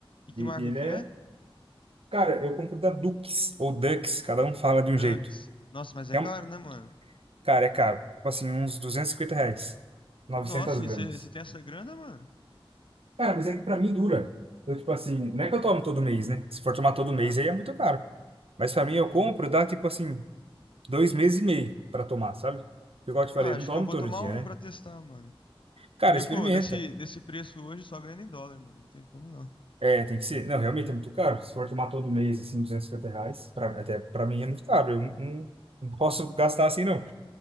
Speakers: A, on the left; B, on the right.
A: E que
B: E
A: marca
B: ele
A: que
B: é...
A: é?
B: Cara, eu compro da Dux ou Dux, cada um fala de
A: Ducks.
B: um jeito.
A: Nossa, mas é
B: É
A: caro,
B: um...
A: né, mano?
B: Cara, é caro. Tipo assim, uns duzentos e cinquenta reais. 900
A: Nossa,
B: gramas.
A: e você tem essa grana, mano?
B: Cara, mas é que pra mim dura. Eu, tipo assim, não é que eu tomo todo mês, né? Se for tomar todo
A: Aham,
B: mês, aí é muito caro. Mas pra
A: entendi.
B: mim, eu compro, dá tipo assim, dois meses e meio pra tomar, sabe? Igual eu te falei,
A: Ah,
B: eu
A: acho
B: não tomo
A: que eu vou
B: todo
A: tomar
B: dia,
A: um
B: né?
A: pra testar, mano.
B: Cara,
A: Porque,
B: experimenta.
A: pô, nesse, nesse preço hoje só ganha em dólar, mano. Não tem como não.
B: É, tem que ser. Não, realmente é muito caro. Se for tomar todo mês, assim, 250 reais, pra, até pra mim é muito caro. Eu não, não- não posso gastar assim, não.